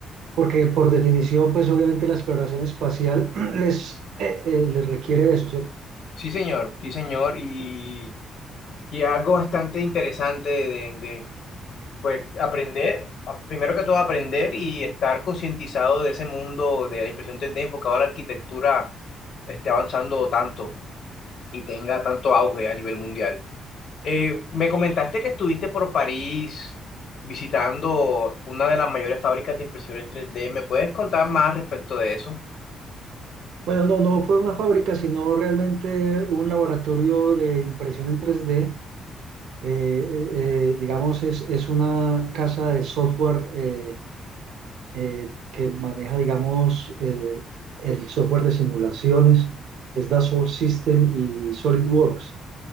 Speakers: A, on the right; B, on the left.
A: porque por definición, pues obviamente la exploración espacial <clears throat> les, eh, eh, les requiere eso, ¿cierto?
B: Sí, señor, sí, señor, y, y es algo bastante interesante de, de, pues, aprender, primero que todo aprender y estar concientizado de ese mundo de la impresión 3D enfocado a la arquitectura esté avanzando tanto y tenga tanto auge a nivel mundial. Eh, me comentaste que estuviste por París visitando una de las mayores fábricas de impresión en 3D. ¿Me puedes contar más respecto de eso?
A: Bueno, no, no fue una fábrica, sino realmente un laboratorio de impresión en 3D eh, eh, digamos, es, es una casa de software eh, eh, que maneja, digamos, eh, el software de simulaciones, es Dassault System y SolidWorks.